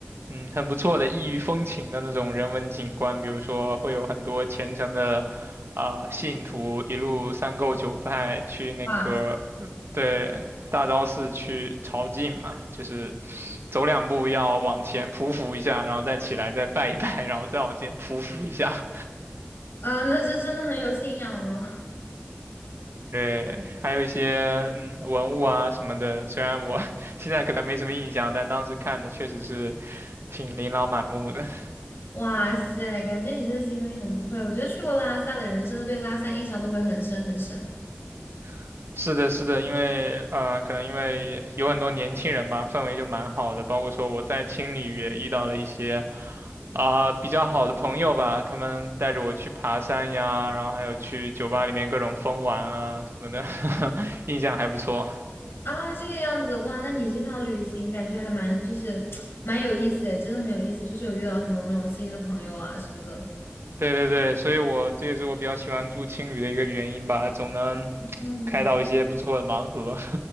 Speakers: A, on the right; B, on the left.
A: 嗯，很不错的异域风情的那种人文景观，比如说会有很多虔诚的啊、信徒一路三叩九拜去那个，
B: 哇塞，
A: 呃对，大昭寺去朝觐嘛，就是走两步要往前匍匐一下，然后再起来再拜一拜，然后再往前匍匐一下。
B: 啊，那这真的很有信仰了。
A: 对，还有一些嗯文物啊什么的，虽然我 <laughs> 现在可能没什么印象，但当时看的确实是挺琳琅满目的。
B: 哇塞，感觉你这个经历很不错。我觉得去过拉萨的人，真的对拉萨印象都会很深很深
A: <laughs> 是的，是的，因为呃，可能因为有很多年轻人吧，氛围就蛮好的。包括说我在青旅也遇到了一些啊、比较好的朋友吧，他们带着我去爬山呀，然后还有去酒吧里面各种疯玩啊什么的，<laughs> 印象还不错。
B: 啊。这个样子，哇，那你这趟旅行感觉还蛮就是蛮有意思诶，真的很有意思，就是有遇到很多那种新的朋友啊什么的。
A: 对对对，所以我这也是我比较喜欢住青旅的一个原因吧，总能
B: 嗯，
A: 开到一些不错的盲盒。